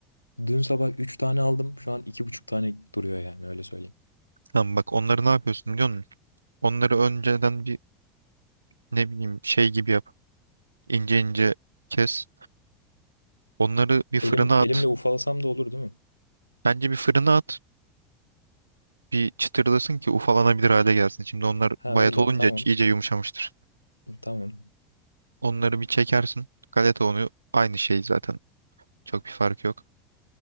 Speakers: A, on the left; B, on the right.
A: Dün sabah 3 tane aldım. Şu an iki buçuk tane duruyor yani öyle söyleyeyim.
B: Tamam bak onları ne yapıyorsun biliyor musun? Onları önceden bir ne bileyim şey gibi yap. İnce ince kes. Onları bir fırına
A: Elim
B: at.
A: elimle ufalasam da olur değil mi?
B: Bence bir fırına at. bir çıtırlasın ki ufalanabilir hale gelsin. Şimdi onlar
A: Ha
B: bayat
A: öyle
B: olunca
A: tamam.
B: iyice yumuşamıştır.
A: Tamam.
B: Onları bir çekersin. Galeta unu aynı şey zaten. Çok bir fark yok.